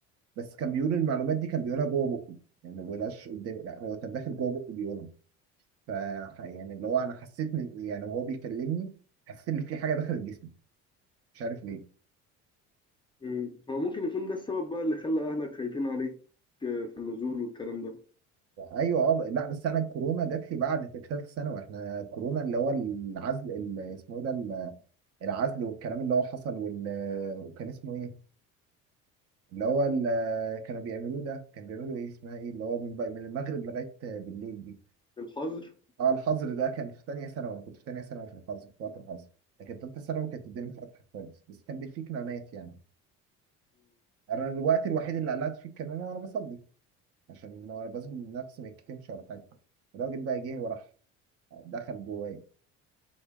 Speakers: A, on the right; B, on the left.
A: بس كان بيقول المعلومات دي كان بيقولها جوه بقي يعني ما بيقولهاش قدامي لا هو كان داخل جوه بقي بيقولها ف يعني اللي هو انا حسيت من يعني وهو بيكلمني حسيت ان في حاجه دخلت جسمي مش عارف ليه
B: مم. هو ممكن يكون ده السبب بقى اللي خلى اهلك خايفين عليك آه، في النزول والكلام ده
A: ايوه اه لا بس انا الكورونا جات لي بعد ثالثه ثانوي احنا الكورونا اللي هو العزل اللي اسمه ايه ده ال- العزل والكلام اللي هو حصل وال... وكان اسمه ايه اللي هو اللي كانوا بيعملوه ده كان بيعملوا ايه اسمها ايه اللي هو من, من المغرب لغايه بالليل دي
B: الحظر
A: اه الحظر ده كان في ثانيه ثانوي انا كنت في ثانيه ثانوي في الحظر في وقت الحظر لكن ثالثه ثانوي كانت الدنيا فتحت خالص بس كان بيفيك نومات يعني انا الوقت الوحيد اللي قلعت فيه الكمامه وانا بصلي عشان لو انا بسجد لنفسي ما يتكتمش ولا حاجه الراجل بقى جه وراح دخل جوايا